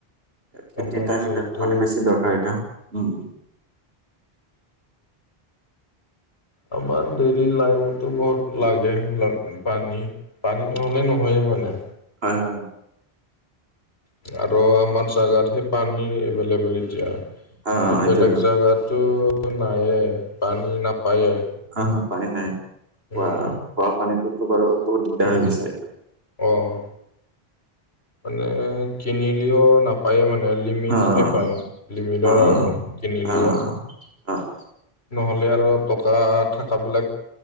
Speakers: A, on the right; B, on the left.
A: খেতিৰ
B: আমাৰ
A: টাইম
B: যিহেতু
A: এতিটো পানী বেছি দৰকাৰ এতিয়া, উম।
B: আমাৰ ডেইলি লাইফটো বহুত লাগে সেইবিলাক। উম, পানী, পানী নহ'লে নহয়েই মানে।
A: হয়, হয়, হয়।
B: আৰু আমাৰ জোগাত সেই পানী এভেইলেবল এতিয়া। কিন্তু
A: অ', এইটোয়েতো
B: বেলেগ জাগাতো নায়ে পানী নাপায়ে।
A: হা, হা পানী নাই খোৱা
B: উম
A: খোৱা পানীটোতো বাৰু বহুত দিগদাৰ হৈ গৈছে এতিয়া।
B: অ'। মানে কিনিলেও নাপায়েই মানে লিমিটহে
A: অ',
B: পায় লিমিটৰ
A: অ',
B: আৰু।
A: অ',
B: কিনি লিঅ
A: অ', অ', অ',
B: নহ'লে আৰু টকা থাকাবিলাক